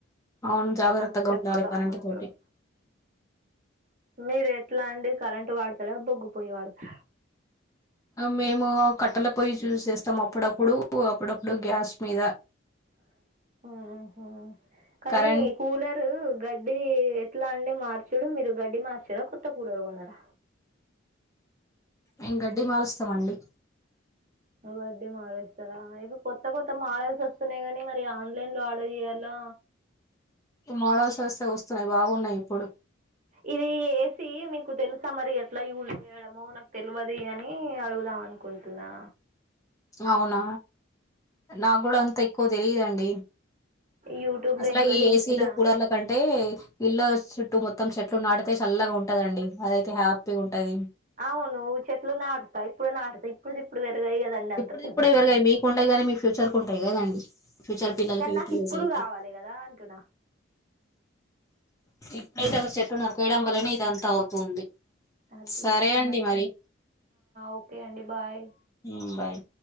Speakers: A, on the left; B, on the right.
A: అవును జాగ్రత్తగా
B: అ చెప్తా
A: ఉండాలి కరెంట్
B: ఉంటాడు
A: తోటి
B: మీరు ఎట్లా అండి కరెంట్ వాడతారా బొగ్గు పొయ్యి వాడతరా
A: మేము కట్టల పొయ్ చూస్ చేస్తాము అప్పుడప్పుడు అప్పుడప్పుడు గ్యాస్ మీద
B: అ ఆహ కానీ
A: కరెంట్
B: కూలరు గడ్డి ఎట్లా అండి మార్చుడు మీరు గడ్డి మార్చరా కొత్త కూలరు కొన్నార
A: మేం గడ్డి మారుస్తామండి
B: వడ్డీ మారుస్తారా ఇవి కొత్త కొత్త మాడల్స్ వస్తున్నాయి కానీ మన ఆన్లైన్ లో ఆర్డర్ చేయ్యాలా
A: మడల్స్ వస్తే వస్తున్నాయి బాగున్నాయి ఇప్పుడు
B: ఇది ఎసి మీకు తెలుసా మరి ఎట్లా యూజ్ చేయడమో నాకు తెలియదు అని అడుగుదాం అనుకుంటున్నా
A: అవునా నాకుడ అంత ఎక్కువ తెలియదండి
B: యూట్యూబ్లో
A: అసలు
B: ఇంకా
A: ఈ
B: చూస్తా.
A: ఏసీలు కూలర్లు కం టే ఇల్లు చుట్టూ మొత్తం చెట్లు నాడితే చల్లగా ఉంటదండి అదయితే హ్యాపీగా ఉంటది
B: అవునువ్వు చెట్లు నాడ్త ఇప్పుడు నాడ్త ఇప్పుడుది ఇప్పుడు పెరగయి కదండి అంత
A: ఇప్పుడుది
B: పెద్దగా.
A: ఇప్పుడే పెరగాయి మీకు ఉంటాయి కాగానీ మీ ఫ్యూచర్ కు ఉంటాయి కదండి ఫ్యూచర్ పిల్లలకి
B: కానీ నాకు
A: యూస్
B: ఇప్పుడు
A: అయితయి
B: కావాలి కదా అంటున్నా.
A: ఇప్పుడైతే అసలు చెట్టు నరికేయడం వల్లనే ఇదంతా అవుతుంది
B: అది
A: సరే
B: కూడా కదా
A: అండి మరి
B: ఓకే అండి బాయ్
A: ఊ బాయ్